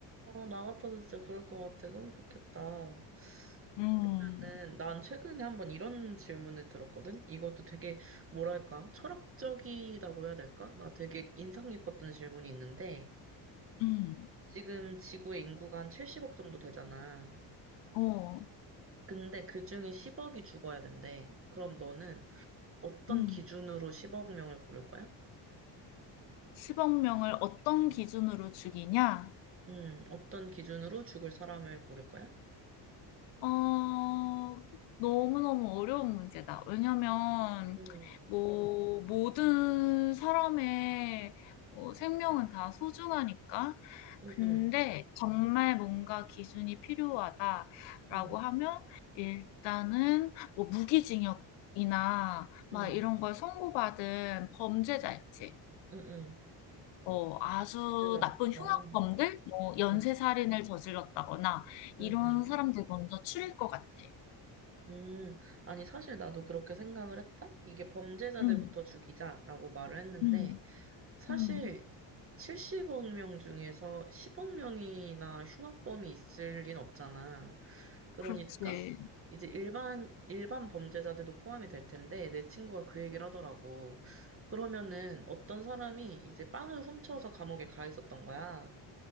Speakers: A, on the right; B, on the left.
A: 아, 나 같아도 진짜 그럴 것 같아. 너무 좋겠다.
B: <laughs> 음.
A: 그러면은, 난 최근에 한번 이런 질문을 들었거든? 이것도 되게, 뭐랄까, 철학적이라고 해야 될까? 나 되게 인상 깊었던 질문이 있는데,
B: 음.
A: 지금 지구의 인구가 한 70억 정도 되잖아.
B: 어.
A: 근데 그 중에 10억이 죽어야 된대. 그럼 너는 어떤
B: 음.
A: 기준으로 10억 명을 고를 거야?
B: 10억 명을 어떤 기준으로 죽이냐?
A: 음, 어떤 기준으로 죽을 사람을 고를 거야?
B: 어, 너무너무 어려운 문제다. 왜냐면,
A: 음,
B: 뭐, 모든 사람의 어, 생명은 다 소중하니까.
A: 음,
B: 근데
A: 음,
B: 정말 뭔가 기준이 필요하다라고
A: 음,
B: 하면, 일단은 뭐 무기징역이나 막
A: 음,
B: 이런 걸 선고받은 범죄자 있지.
A: 음, 음.
B: 어 아주
A: 범죄자부터.
B: 나쁜 흉악범들 뭐
A: 음,
B: 연쇄살인을 저질렀다거나 이런
A: 음, 음.
B: 사람들 먼저 추릴 것 같아.
A: 음, 아니, 사실 나도 그렇게 생각을 했다? 이게 범죄자들부터
B: 음.
A: 죽이자라고 말을 했는데,
B: 음.
A: 사실
B: 음.
A: 70억 명 중에서 10억 명이나 흉악범이 있을 리는 없잖아. 그러니까
B: 그렇지.
A: 이제 일반 일반 범죄자들도 포함이 될 텐데 내 친구가 그 얘기를 하더라고. 그러면은 어떤 사람이 이제 빵을 훔쳐서 감옥에 가 있었던 거야.